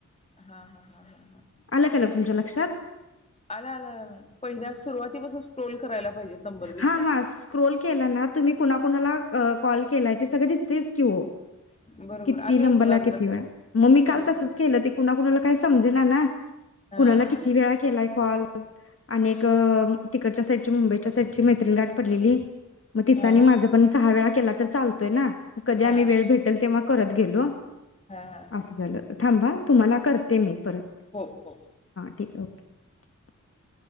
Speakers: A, on the left; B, on the left.
A: हा हा हा हा
B: आल का तुमच्या लक्षात.
A: आल आल पहिल्या सुरुवातीपासून स्क्रोल करायला पाहिजेत. नंबर दिसतात
B: हा हा स्क्रोल केला ना तुम्ही कुणा कुणाला अ कॉल केलाय ते सगळं दिसतंय. तेच की ओ
A: बरोबर
B: किती
A: आलं
B: नंबरला?
A: लक्षात आलं
B: किती
A: लक्षात
B: वेळा? मग मी काल
A: हो
B: तसच
A: हो
B: केलं ते कुणा-कुणाला काय सम समजेना ना
A: हा
B: कुणाला किती वेळा केलाय कॉल? आणि एक अ तिकडच्या साईटच्या मुंबईच्या ची मैत्रीण गाठ पडलेली म तिच
A: हां
B: आणि
A: हां
B: माझ पण सहा वेळा केला अता चालतोय ना. म कधी
A: हां
B: आम्ही वेळ
A: हां
B: भेटल तेव्हा परत गेलो.
A: हां हां
B: अस झाल थांब हा तुम्हाला करते मी परत.
A: हो हो
B: <unintelligible>